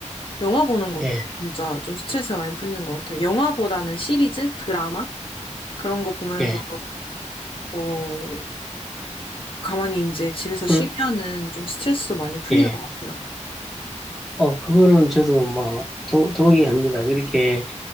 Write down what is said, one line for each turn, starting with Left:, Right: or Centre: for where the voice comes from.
Left: 영화 보는 것도
Centre: 예,
Left: 진짜 좀 스트레스가 많이 풀리는 것 같아요. 영화보다는 시리즈? 드라마? 그런 거 보면서,
Centre: 예.
Left: 어, 가만히 이제 집에서
Centre: 그렇,
Left: 쉬면은 좀 스트레스도 많이 풀리는
Centre: 예.
Left: 것 같아요.
Centre: 어, 그거는 저도 뭐 동- 동의합니다. 그렇게